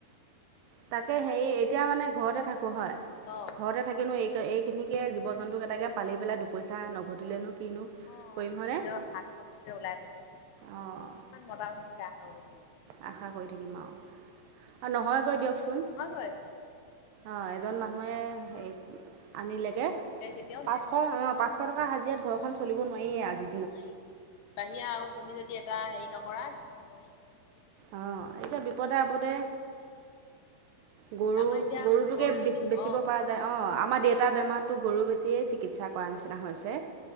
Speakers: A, on the right (about 80°); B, on the left (about 80°).
A: তাকে হেৰি, এতিয়া মানে ঘৰতে থাকোঁ হয়,
B: অ
A: ঘৰতে থাকিনো এইক-এইখিনিকেই জীৱ জন্তুকেইটাকে পালি পেলাই দুপইচা নঘটিলেনো কিনো
B: অ',
A: কৰিম হয়নে?
B: নিজৰ হাত খৰছতোকে ওলাই থাকে, কিমান
A: অঁ
B: মতা মানুহটোলে আশা কৰি থাকিবা
A: আশা কৰি থাকিম আৰু, আৰু নহয়গৈ দিয়কচোন।
B: নহয়গৈ।
A: অ', এজন মানুহে
B: উম
A: হেৰি আনিলেগে,
B: আনিলে কেতিয়াও
A: পাঁচশ
B: নহয়
A: অ', পাঁচ শ টকা হাজিৰাত ঘৰখন
B: উম
A: চলিব নোৱাৰিয়েই আজি
B: নোৱাৰি, বাহিৰা আৰু তুমি যদি এটা হেৰি নকৰা। নোৱাৰি।
A: অ', এতিয়া বিপদে আপদে গৰু,
B: আমাৰ এতিয়া
A: গৰুটোকেই
B: গৰুজনী
A: বেচি-বেচিব
B: অ',
A: পৰা অ', আমাৰ দেউতাৰ বেমাৰততো গৰু বেছিয়েই চিকিৎসা কৰা নিচিনা হৈছে।
B: অ'।